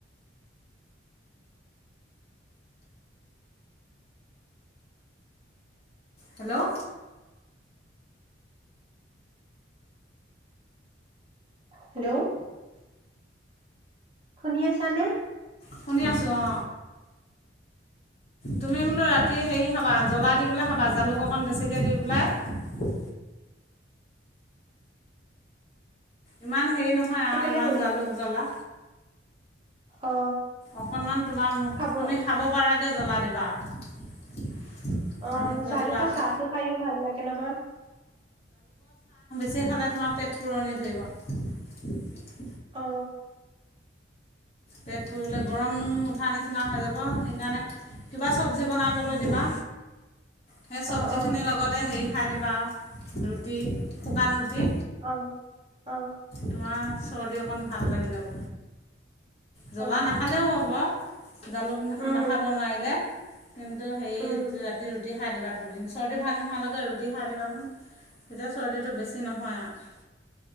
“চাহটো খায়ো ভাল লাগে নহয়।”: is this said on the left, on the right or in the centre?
Right